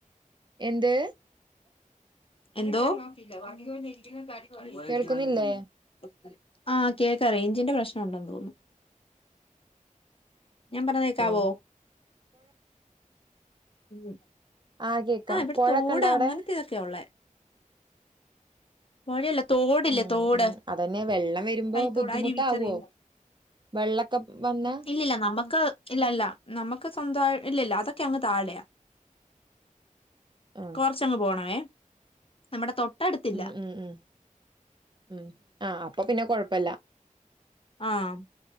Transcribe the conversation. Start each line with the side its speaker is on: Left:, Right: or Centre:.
Right: എന്ത്
Left: എന്തോ <unintelligible>
Right: കേൾക്കുന്നില്ലേ
Left: ആഹ് കേക്ക റേഞ്ചിന്റെ പ്രശ്നം ഉണ്ടെന്ന് തോന്നുന്നു ഞാൻ പറനേക്കാവോ
Right: ആ
Left: ഉം
Right: ആ കേക്കാം
Left: ആഹ് ഇവിടെ
Right: പുഴൊക്കെ
Left: തോട്
Right: ഇണ്ട അവിടെ
Left: അങ്ങനത്തെ ഇതൊക്കെയ ഉള്ളേ പൊഴയല്ല തോടില്ലേ
Right: ഉം
Left: തോട്
Right: ഉം അതന്നെ വെള്ളം വരുമ്പോ
Left: കൈത്തോട്
Right: ബുദ്ധിമുട്ടാവോ
Left: അരുവി ചെറിയ
Right: വെള്ളക്കൊ വന്നാ
Left: ഇല്ലില്ല നമുക്ക് ഇല്ല ഇല്ല നമ്മുക്ക് സ്വന്തമായി ഇല്ലില്ല അതൊക് അങ്ങ് താഴയാ
Right: ആഹ്
Left: കൊറച്ചങ്ങ് പോണേ വേ നമ്മുടെ തൊട്ടടുത്തില്ല
Right: ഉം ഉം ഉം ഉം ആഹ് അപ്പൊ പിന്നെ കൊഴപ്പില്ല
Left: ആഹ്